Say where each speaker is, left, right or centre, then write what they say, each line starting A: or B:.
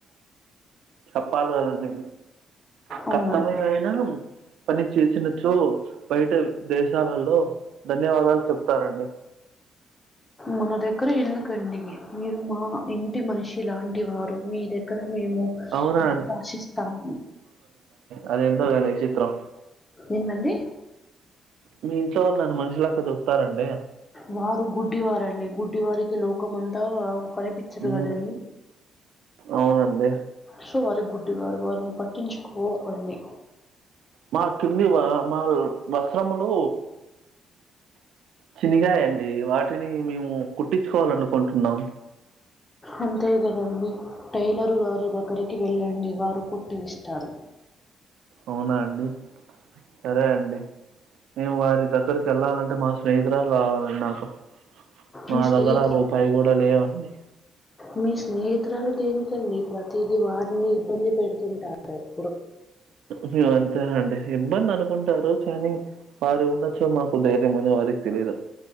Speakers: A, on the right; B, on the left.
A: చెప్పాలి కదండి
B: అవునండి.
A: కర్తమే అయిన పని చేసినచో బయట దేశాలలో ధన్యవాదాలు చెప్తారండి
B: మన దగ్గర ఎందుకండి మీరు మా ఇంటి మనిషి లాంటి ఇటి వారు మీ దగ్గర మేము
A: అవునా
B: ఆశిస్తాము
A: అది ఏంటో గాని విచిత్రం
B: ఏంటండి
A: మీ ఇంట్లో వాళ్ళు నన్ను మనిషి లెక్క చూస్తారా అండి
B: వారు గుడ్డి వారండి గుడ్డి వారికి లోకం అంతా కనిపి చ్చదు
A: మ్మ్
B: కదండి
A: అవునండి
B: సో వారి గుడ్డి వారు వారిని పట్టించుకోకండి
A: మా కిందివా మాలు వస్త్రములు చినిగాయండి వాటిని మేము కుట్టించుకోవాలనుకుంటున్నాం
B: అంతే కదండి టైలర్ గారి దగ్గరికి వెళ్ళండి వారు కుట్టి విస్తారు
A: అవునా అండి సరే అండి మేము వారి దగ్గరికి వెళ్ళాలంటే మా స్నేహితురాలు రావాలాండి నాకు మా
B: మీ స్నేహితురాలు
A: దగ్గర రూపాయి కూడా లేవండి
B: మీ స్నేహితురాలు దేనికండి ప్రతిది వారిని ఇబ్బంది పెడుతుంటారు <inaudible>
A: హు అంతేనండి ఇబ్బంది అనుకుంటారు కానీ వారు ఉండొచ్చు మా ధైర్యమని వారికి తెలిదు